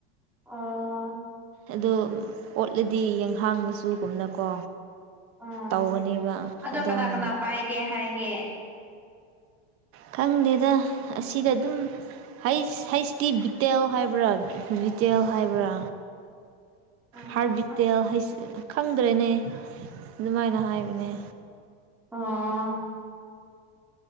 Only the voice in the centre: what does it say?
ꯑꯣ
ꯎꯝ
ꯑꯗꯣ
ꯀꯅꯥ ꯀꯅꯥ ꯄꯥꯏꯒꯦ ꯍꯥꯏꯒꯦ
ꯎꯝ
ꯑꯥ